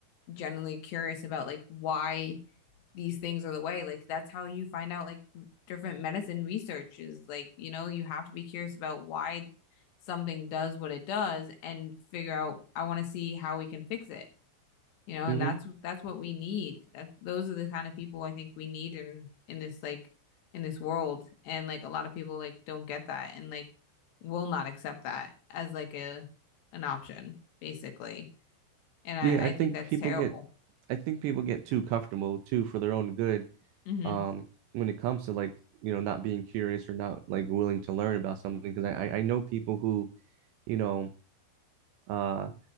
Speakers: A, on the left; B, on the right.
A: generally curious about like why these things are the way. Like that's how you find out like different medicine research is like, you know, you have to be curious about why something does what it does and figure out I want to see how we can fix it. You know,
B: hmm
A: and that's that's what we need. That those are the kind of people I think we need in in this like in this world. And like a lot of people like don't get that and like will not accept that as like a an option, basically. And I
B: Yeah, I
A: I
B: think
A: think that's
B: people
A: terrible.
B: get I think people get too comfortable too for their own good
A: Mm-hmm.
B: um when it comes to like, you know, not being curious or not like willing to learn about something because I I I know people who, you know, uh